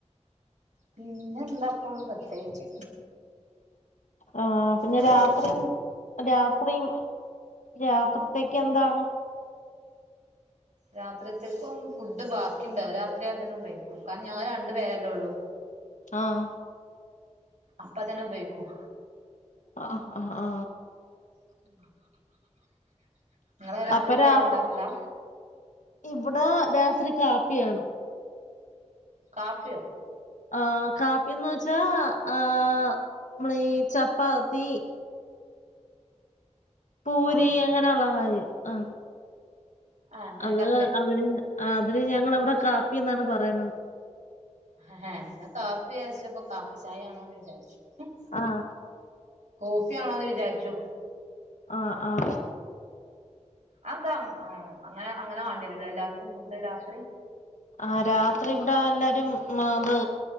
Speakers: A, on the right; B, on the left.
A: പിന്നെ എന്താക്കും പ്രത്യേകിച്ച്
B: ആ പിന്നെ
A: അങ്ങനെ
B: രാത്രിയും
A: പോകുന്നു
B: രാത്രിയും രാത്രിത്തേക്ക് എന്താ
A: രാത്രിത്തേക്കും ഫുഡ് ബാക്കിയുണ്ട്. അത് രാത്രി അതു തന്നെ ഉപയോഗിക്കും.. കാരണം ഞങ്ങൾ രണ്ടു പേരല്ലോള്ളൂ
B: ആഹ്
A: അപ്പതന്നെ ഉപയോഗിക്കും.
B: ആഹ് ആഹ് ഹാ
A: <inaudible> രാത്രി
B: അപ്പ രാഭം.
A: ചോറുണ്ടാക്കലാ
B: ഇവിടെ രാത്രി കാപ്പിയാണ്.
A: കാപ്പിയോ?
B: ആ കാപ്പിന്ന് വെച്ചാ ആ നമ്മളെ ഈ ചപ്പാത്തി പൂരി
A: ആഹ്
B: അങ്ങനെയുള്ള കാര്യം ആ.
A: ആഹ് അങ്ങനെ
B: അത്
A: ഉണ്ടാക്കല്
B: അതിന് ആ അതിന് ഞങ്ങളി വിടെ കാപ്പിന്നാണ് പറയന്നത്.
A: ഹഹ് ഞാൻ കാപ്പി വിചാരിച്ചപ്പോ കാപ്പി ചായയാണോന്ന് വിചാരിച്ചു. ഹും.
B: ആ
A: കോഫിയാണോന്ന് വിചാരിച്ചു.
B: ആഹ്ആഹ്
A: അ എന്താ അങ്ങൻ മ് അങ്ങനെഅങ്ങനെ വേണ്ടി വരൂ ല്ലേ എല്ലാർക്കും ഫുഡ് രാത്രി?
B: ആ രാത്രി ഇവിടെ അല്ലാരും മ ത്